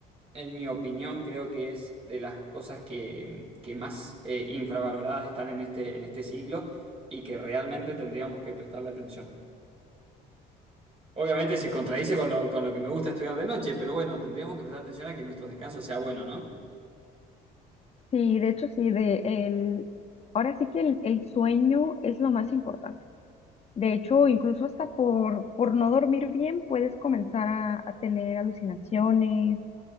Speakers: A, on the right; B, on the left.
A: en mi opinión, creo que es de las cosas que, que más eh, infravaloradas están en este, en este siglo y que realmente tendríamos que prestarle atención. Obviamente se contradice con lo, con lo que me gusta estudiar de noche, pero bueno, tendríamos que prestar atención a que nuestro descanso sea bueno, ¿no?
B: Sí, de hecho, sí, de el, ahora sí que el el sueño es lo más importante. De hecho, incluso hasta por, por no dormir bien puedes comenzar a, a tener alucinaciones.